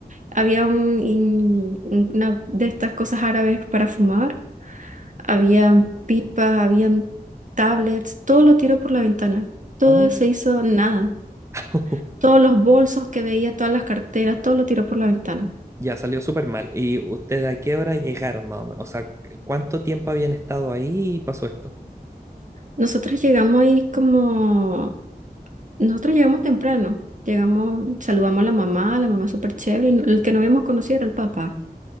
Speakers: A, on the right; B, on the right.
A: había un, in- una de estas cosas árabes para fumar. Habían pipas, habían tablets, todo lo tiró por la ventana. Todo
B: Oh.
A: se hizo nada.
B: <laughs>
A: Todos los bolsos que veía, todas las carteras, todo lo tiró por la ventana.
B: Ya salió súper mal. ¿Y ustedes a qué hora llegaron más o menos? O sea, ¿cuánto tiempo habían estado ahí y pasó esto?
A: Nosotros llegamos ahí como... Nosotros llegamos temprano. Llegamos, saludamos a la mamá, la mamá súper chévere. y no, El que no habíamos conocido era el papá.